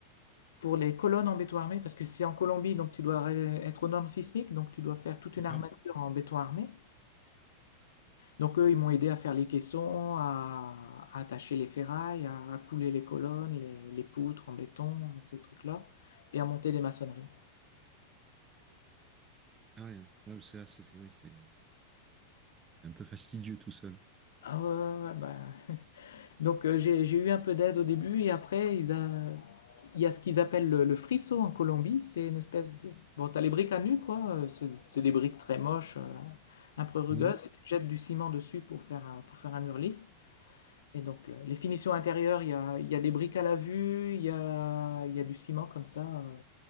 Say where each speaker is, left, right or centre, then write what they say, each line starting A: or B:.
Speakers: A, on the left (about 80°); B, on the right (about 25°).
A: pour les colonnes en béton armé parce que c'est en Colombie, donc tu dois ré être aux normes sismiques, donc tu dois faire toute
B: D'accord.
A: une armature en béton armé. Donc eux, ils m'ont aidé à faire les caissons, à, à attacher les ferrailles, à, à couler les colonnes, les, les poutres en béton, ces trucs-là, et à monter des maçonneries.
B: Ah ouais, ouais. Ouais, parce que là, c'est, c'est- oui, c'est, c'est un peu fastidieux tout seul.
A: Ah ouais, ouais, ouais, bah. Donc euh, j'ai, j'ai eu un peu d'aide au début, et après, ils a- il y a ce qu'ils appellent le, le frisson en Colombie, c'est une espèce de... Bon, t'as les briques à nu, quoi, euh, c'est c'est des briques très moches, euh, un peu rugueuses,
B: Hmm.
A: et tu jettes du ciment dessus pour faire, un- pour faire un mur lisse. Et donc, le- les finitions intérieures, il y a, il y a des briques à la vue, il y a, il y a du ciment comme ça euh,